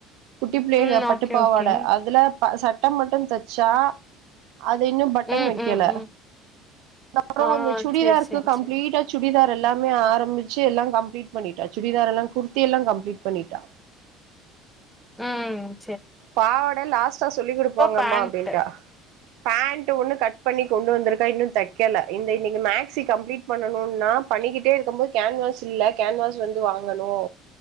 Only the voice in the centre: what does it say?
ம்
ஓகே ஓகே
ம்
ம் ம்
ஆ
சேரி சேரி
சேரி
ம் ம்
பேண்ட்டு